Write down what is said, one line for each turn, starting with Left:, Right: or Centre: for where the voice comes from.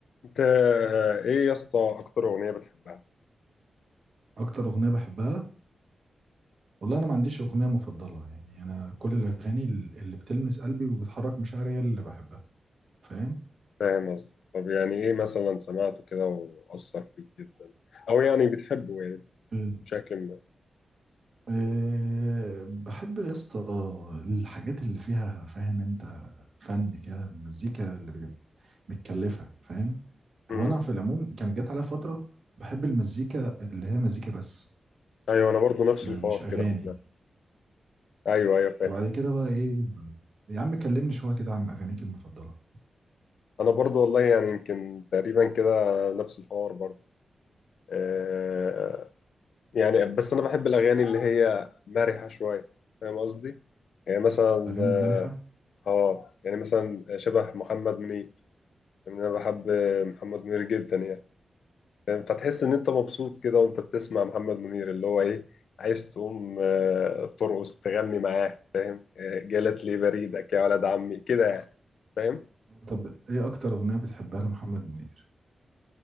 Left: انت ايه يا اسطى اكتر اغنيه بتحبها
Right: اكتر اغنيه بحبها والله انا ما عنديش اغنيه مفضله يعني انا كل الاغاني اللي بتلمس قلبي وبتحرك مشاعري هي اللي بحبها فاهم
Left: فاهم قصدي طب يعني ايه مثلا سمعته كده واثر فيك جدا او يعني بتحبه يعني
Right: أمم.
Left: بشكل ما
Right: أه بحب يا اسطى الحاجات اللي فيها فاهم انت فن كده المزيكا اللي بي- متكلفه فاهم
Left: امم
Right: هو انا في العموم كانت جت عليا فتره بحب المزيكا اللي هي مزيكا بس
Left: ايوه انا برضو نفس
Right: ما
Left: الحوار
Right: مش اغاني
Left: كده خد بالك ايوه ايوه فاهم
Right: وبعد كده بقى ايه يا عم كلمني شويه كده عن اغانيك المفضله
Left: انا برضو والله يعني يمكن تقريبا كده نفس الحوار برضو آه يعني بس انا بحب الاغاني اللي هي مرحه شويه فاهم قصدي يعني مثلا
Right: الاغاني المرحه
Left: اه يعني مثلا شبه محمد منير يعني انا بحب محمد منير جدا يعني فاهم؟ فتحس ان انت مبسوط كده وانت بتسمع محمد منير اللي هو ايه عايز تقوم آه، ترقص تغني معاه فاهم آه، جالت لي بريدك يا ولد عمي كده يعني فاهم
Right: طب ايه اكتر اغنيه بتحبها لمحمد منير